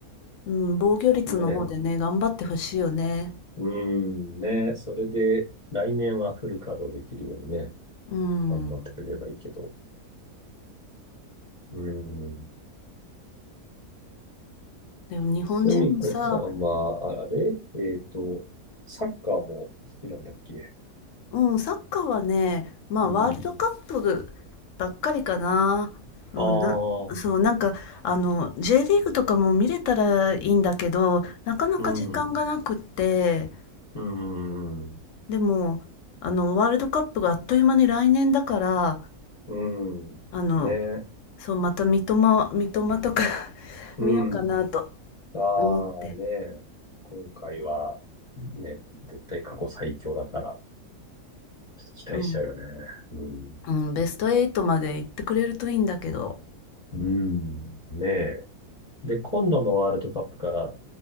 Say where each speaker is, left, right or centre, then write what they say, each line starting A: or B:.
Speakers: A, on the left; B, on the left.
A: うん、防御率の方でね、
B: ねえ、
A: 頑張ってほしいよね。
B: うん、ねえ、それで来年はフル稼働できるようにね、
A: うん。
B: 頑張ってくれればいいけど。うん。
A: でも日本人もさ、
B: すみこさんは、ああれえっと、サッカーも好きなんだっけ
A: うん、サッカーはね、まあワールドカップ
B: うん。
A: ばっかりかな。うん、
B: ああ、
A: な、そう、なんか、あの、J リーグとかも見れたらいいんだけど、なかなか時間がなくって、
B: うん、うん、
A: でも、あの、ワールドカップがあっという間に来年だから、
B: うん、
A: あの、
B: ねえ、
A: そう、また三笘、三笘とか <laughs>
B: うん。
A: 見ようかなと
B: ああ、
A: 思って、
B: ねえ、今回は、ね、絶対過去最強だから、ちょっと期待しちゃうよね。
A: うん、
B: うん。
A: うん、ベスト8まで行ってくれるといいんだけど、
B: うん。ねえ。で、今度のワールドカップから